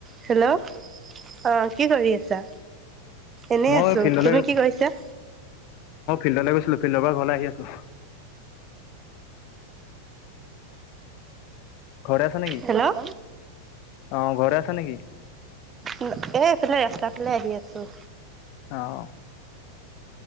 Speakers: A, on the right; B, on the left.
A: Hello অ' কি কৰি আছা? এনেই
B: মই
A: আছো
B: ফিল্ডলৈ
A: তুমি কি কৰিছা?
B: <unintelligible> ফিল্ডৰ পৰা ঘৰলে আহি আছো। ঘৰতে আছা নেকি?
A: হেল্ল'
B: অ' ঘৰতে আছা নেকি?
A: এ এইফালে ৰাস্তাৰ ফালে আহি আছো।
B: অ'।